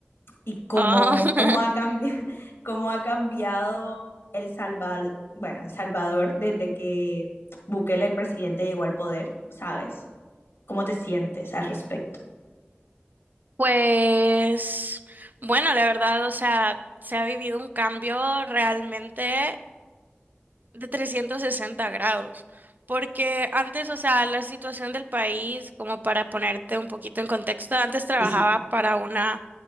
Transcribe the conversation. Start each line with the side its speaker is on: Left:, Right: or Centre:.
Left: y cómo,
Right: Ah, <laughs>
Left: cómo ha cambiado, <laughs> cómo ha cambiado El Salvador, bueno, El Salvador desde que Bukele, el presidente, llegó al poder, ¿sabes? ¿Cómo te sientes al respecto?
Right: pues bueno, la verdad, o sea, se ha vivido un cambio realmente de 360 grados, porque antes, o sea, la situación del país, como para ponerte un poquito en contexto, antes trabajaba
Left: Sí, sí.
Right: para una